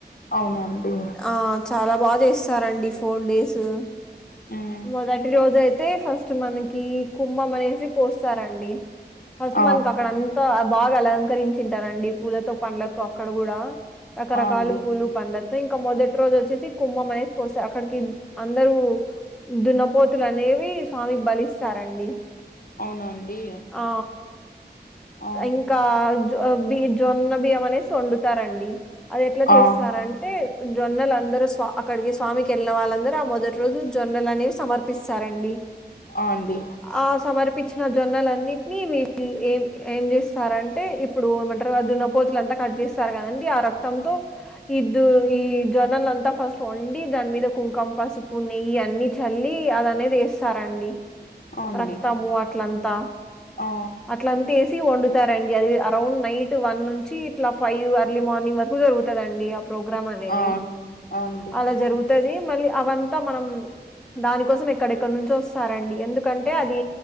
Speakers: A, on the left (about 55°); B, in the centre.
A: అవున అండి.
B: ఆ చాలా బాగా చేస్తారండి ఫోర్ డేసు
A: హ్మ్.
B: మొదటి రోజయితే ఫస్ట్ మనకి కి కుంభం అనేసి పోస్తారండి. ఫస్ట్
A: ఆ
B: మనకు అక్కడ అంతా బాగా అలంకరించింటారండి పూలతో పండ్లతో అక్కడ కూడా రకరకాల
A: ఆ అండి
B: పూలు పండ్ల తో ఇంకా మొదటి రోజు వచ్చేసి కుంభం అనేసి పోస్తే అక్కడికి అందరు దున్నపోతులు అనేవి స్వామికి బలిస్తారండి.
A: అవునా అండి
B: ఆ
A: ఆ
B: ఇంకా జో బియ్ జొన్న బియ్యం అనేసి వండుతారండి అది ఎట్లా చేస్తారన్
A: ఆ
B: అంటే జొన్నల అందరు స్వా అక్కడికి స్వామికి వెళ్ళిన వాళ్ళు అందర ఆ మొదటి రోజు జొన్నలు అనేవి సమర్పిస్తారండి. ఆ.
A: ఆ అండి.
B: ఆ సమర్పిచ్చిన జొన్నలన్నీ మీ మీ ఏం ఏం చేస్తారంటే ఇప్పుడు ఏమంటారు ఆ దున్న పోతులు ఎంతా కట్ చేస్తారు కదాండి ఆ రక్త్ రక్తంతో ఇద్దు ఈ జొన్నల అంతా ఫస్ట్ వండి దాని మీద కుంకం పసుపు నెయ్యి అన్ని చల్లి అలానే వేస్తారండి
A: ఆ అండి
B: రక్తము అట్లాంతా
A: ఆ
B: అట్లా అంతేసి వండుతారండి అది అరౌండ్ నైట్ వన్ నుంచి ఇట్లా ఫైవ్ అర్లీ మార్నింగ్ వరకు జరుగు టుధండి ఆ ప్రోగ్రాం అనేది
A: ఆ ఆ అండి
B: అలా జరుగుతది మళ్ళీ అవంతా మనం. దానికోసం ఎక్కడెక్కడ నుంచో వస్తారండి ఎందుకంటే అది